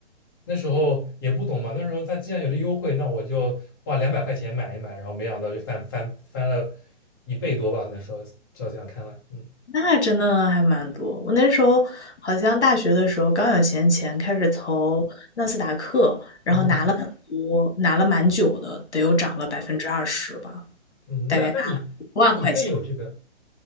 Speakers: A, on the left; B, on the left.
A: 那时候也不懂嘛，那时候它既然有这优惠，那我就花两百块钱买一买，然后没想到就翻翻翻了一倍多吧，那时候照这样看来，嗯，
B: 那真的还蛮多。我那时候好像大学的时候刚有闲钱，开始投纳斯达克，然后拿了很多，
A: 哦，
B: 拿了蛮久的，得有涨了百分之二十吧，
A: 嗯，
B: 大概拿了一万块钱。
A: 那那你那你更有这个。